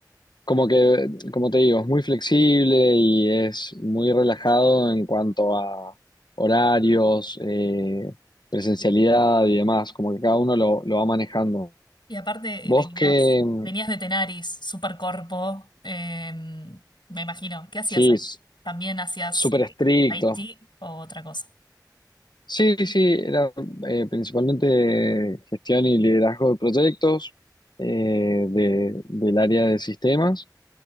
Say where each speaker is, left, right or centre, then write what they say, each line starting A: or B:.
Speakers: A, on the left; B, on the left.
A: como que, como te digo, es muy flexible y es muy relajado en cuanto a horarios, eh, presencialidad y demás. Como que cada uno lo, lo va manejando.
B: Y aparte
A: Vos
B: eh, venías,
A: que, mm,
B: venías de Tenaris, Supercorpo, eh, me imagino. ¿Qué hacías
A: sí,
B: ahí?
A: s-
B: ¿También hacías
A: súper
B: eh,
A: estricto.
B: IT o otra cosa?
A: Sí, sí, era eh, principalmente gestión y liderazgo de proyectos eh, de- del área de sistemas.